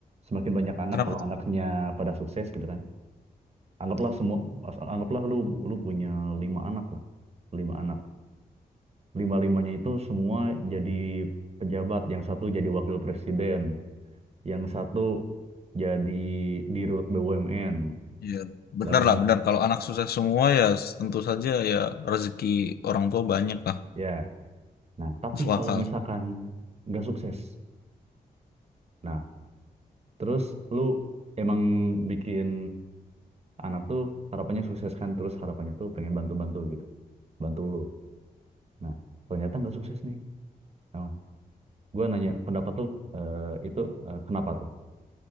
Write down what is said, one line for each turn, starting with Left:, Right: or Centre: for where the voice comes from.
Right: semakin banyak anak
Left: Kenapa?
Right: kalau anaknya pada sukses gitu kan. Anggaplah semua anggaplah lu lu punya lima anak lah, lima anak. Lima-limanya itu semua jadi pejabat, yang satu jadi wakil presiden, yang satu jadi dirut BUMN
Left: Ya, benar
Right: dan
Left: lah, benar. Kalau anak susah semua ya tentu saja ya rezeki orang tua banyak lah,
Right: ya nah tapi
Left: masuk
Right: kalau
Left: akal.
Right: misalkan nggak sukses nah terus lu emang bikin anak tuh harapannya sukses kan terus harapannya tuh pengen bantu-bantu gitu bantu lu nah ternyata nggak sukses nih nah gue nanya pendapat lu eh, itu eh, kenapa tuh